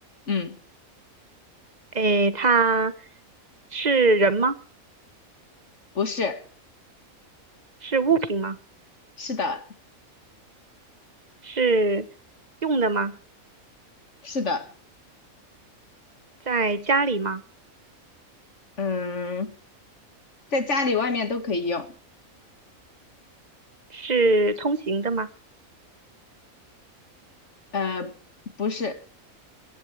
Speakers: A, on the left; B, on the right.
A: 嗯，
B: 诶，它是人吗？
A: 不是，
B: 是物品吗？
A: 是的，
B: 是用的吗？
A: 是的，
B: 在家里吗？
A: 嗯。在家里外面都可以用。
B: 是通行的吗？
A: 呃，不是，